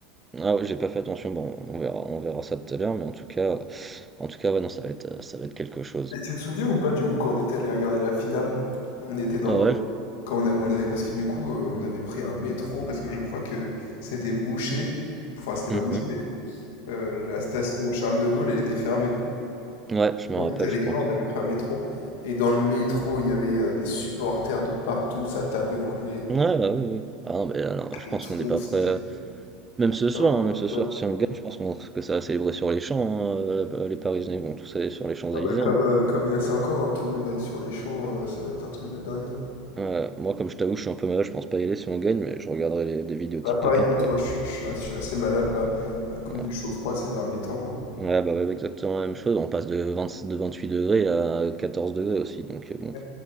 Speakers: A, on the right; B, on the left.
A: Ah ouais, j'ai pas fait attention, bon, on verra, on verra ça tout à l'heure, mais en tout cas, en tout cas, ouais, non, ça va être, euh, ça va être quelque chose.
B: Et tu te souviens ou pas, du coup, quand on était allé regarder la finale, on était dans
A: Ah
B: le,
A: ouais,
B: Quand on a- on avait, parce que du coup, euh, on avait pris un métro, parce que je crois que c'était bouché. Enfin, c'était
A: mhm.
B: pas bouché, mais euh, la station Charles de Gaulle, elle était fermée.
A: Ouais, je me
B: On
A: rappelle,
B: était allé
A: je
B: quelque
A: crois.
B: on avait pris un métro. Et dans le métro, il y avait euh, des supporters de partout, ça tapait contre les,
A: Ouais, bah oui, oui. Ah non, mais là, non, je
B: les
A: pense
B: trucs.
A: qu'on n'est pas
B: C'était
A: prêt. euh, Même ce
B: c'était
A: soir,
B: un truc
A: hein, même ce
B: de
A: soir,
B: dingue.
A: si on gagne, je pense qu'on- que ça va célébrer sur les champs. hein, euh, les Parisiens vont tous aller sur les Champs-Élysées.
B: Ah bah, comme,
A: hein.
B: euh, comme il y a 5 ans, hein, tout le monde va être sur les champs, euh, ça va être un truc de dingue. hein.
A: Ouais, moi, comme je t'avoue, je suis un peu malade, je pense pas y aller si on gagne, mais je regarderai les- des vidéos TikTok
B: Bah, pareil que
A: hein, pour
B: toi,
A: être.
B: je, suis je suis as- je suis assez malade là, à cause
A: Voilà.
B: du chaud-froid ces derniers temps.
A: Ouais, bah ouais, exactement la même chose. On passe de, 20 de 28 degrés à 14 degrés aussi, donc euh, bon,
B: euh.